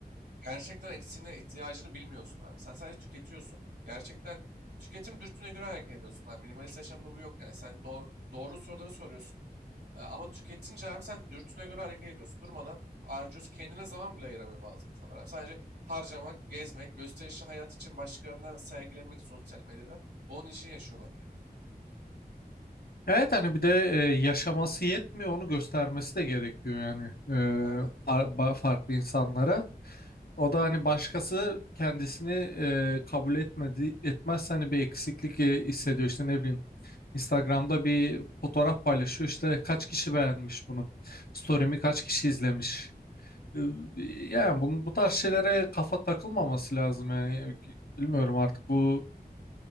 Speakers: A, on the right; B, on the left.
A: gerçekten eksiğine ihtiyacını bilmiyorsun abi. Sen sadece tüketiyorsun. Gerçekten tüketim dürtüne göre hareket ediyorsun abi. Minimalist yaşamda bu yok yani. Sen doğru, doğru soruları soruyorsun. E, Ama tüketince abi sen dürtüne göre hareket ediyorsun. Durmadan harcıyorsun. Kendine zaman bile ayıramıyor bazı insanlar abi. Sadece harcamak, gezmek, gösterişli hayat için başkalarına sergilemek sosyal medyada. Onun için yaşıyorlar yani.
B: Evet hani bir de e, yaşaması yetmiyor onu göstermesi de gerekiyor yani e,
A: Aynen.
B: far- ba- farklı insanlara. O da hani başkası kendisini e, kabul etmedi etmezse hani bir eksiklik e, hissediyor işte ne bileyim. Instagram'da bir fotoğraf paylaşıyor işte kaç kişi beğenmiş bunu. Story'mi kaç kişi izlemiş. Ee, Yani bunun bu tarz şeylere kafa takılmaması lazım yani bilmiyorum artık bu